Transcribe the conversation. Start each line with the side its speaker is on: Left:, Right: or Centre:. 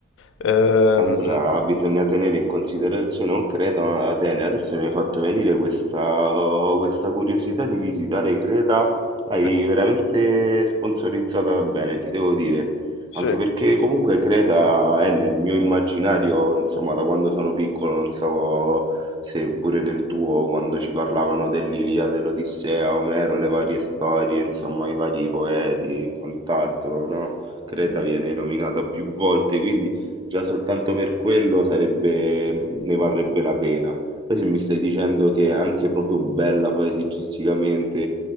Left: Ehm,
Right: Allora, bisogna tenere in considerazione, o Creta o Atene. Adesso mi hai fatto venire questa, oh, questa curiosità di visitare Creta, l'hai
Left: sì,
Right: veramente sponsorizzata bene, ti devo dire.
Left: sì.
Right: Anche perché comunque Creta è nel mio immaginario, insomma, da quando sono piccolo, non so se pure nel tuo, quando ci parlavano dell'Ilia, dell'Odissea, Omero, le varie storie, insomma, i vari poeti e quant'altro, no? Creta viene nominata più volte, quindi... Già soltanto per quello sarebbe, ne varrebbe la pena. Poi se mi stai dicendo che è anche proprio bella paesaggisticamente